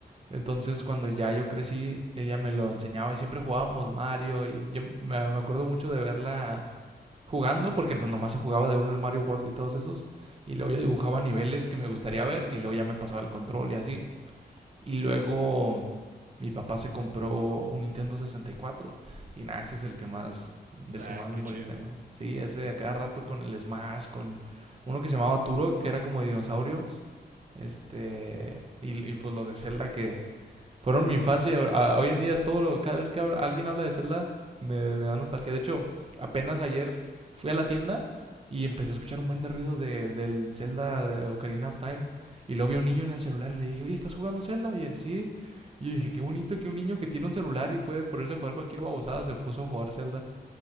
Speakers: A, on the right (about 35°); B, on the right (about 55°).
A: Entonces, cuando ya yo crecí, ella me lo enseñaba y siempre jugábamos Mario. Y yo me, me acuerdo mucho de verla jugando, porque pues nomás se jugaba de uno el Mario World y todos esos. Y luego yo dibujaba niveles que me gustaría ver y luego ya me pasaba el control y así. Y luego mi papá se compró un Nintendo 64 y cuatro, y nada, ese es el que más, del
B: ah,
A: que más memorias
B: qué chido.
A: tengo. Sí, ese a cada rato con el Smash, con uno que se llamaba Turok, que era como de dinosaurios. Este, y, y pues los de Zelda que fueron mi infancia. y a- Hoy en día, todo, lo- cada vez que habla- alguien habla de Zelda, me, me da nostalgia. De hecho, apenas ayer fui a la tienda y empecé a escuchar un buen de ruidos de, del Zelda de Ocarina of Time. Y luego vi a un niño en el celular y le dije, oye, ¿estás jugando Zelda? Y él, sí. Y yo dije, qué bonito que un niño que tiene un celular y puede ponerse a jugar cualquier babosada se puso a jugar Zelda.